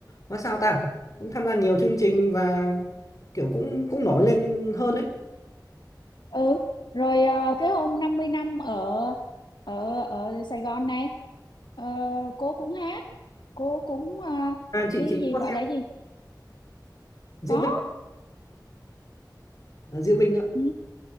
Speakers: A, on the left (about 45°); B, on the left (about 90°).
A: nói sao ta cũng tham gia nhiều chương trình và kiểu cũng cũng nổi lên hơn đấy
B: Ừ. Rồi ờ, cái hôm 50 năm ở ở ở Sài Gòn này ờ, cô cũng hát, cô cũng ờ,
A: à chị
B: đi
A: chị
B: gì
A: cũng có
B: gọi
A: xem
B: là gì?
A: Diễu
B: Có
A: Binh à, Diễu Binh nữa
B: Ừ,